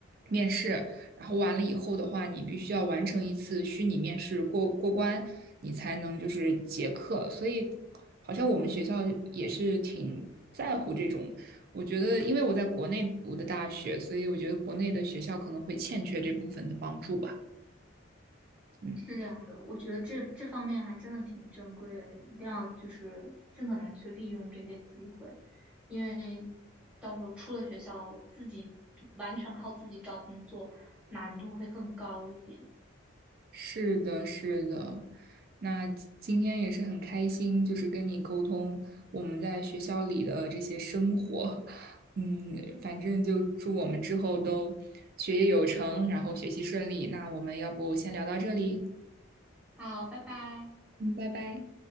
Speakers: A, on the right (about 45°); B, in the centre.
A: 面试，然后完了以后的话，你必须要完成一次虚拟面试过过关，你才能就是结课，所以。好像我们学校也是挺在乎这种。我觉得，因为我在国内读的大学，所以我觉得国内的学校可能会欠缺这部分的帮助吧。嗯，
B: 是这样的，我觉得这这方面还真的挺珍贵的，一定要就是尽可能去利用这些机会，因为到时候出了学校，自己完全靠自己找工作，难度会更高一点。
A: 是的，是的。那今天也是很开心，就是跟你沟通我们在学校里的这些生活。嗯，反正就祝我们之后都学业有成，然后学习顺利。那我们要不先聊到这里？
B: 好，拜拜。
A: 嗯，拜拜。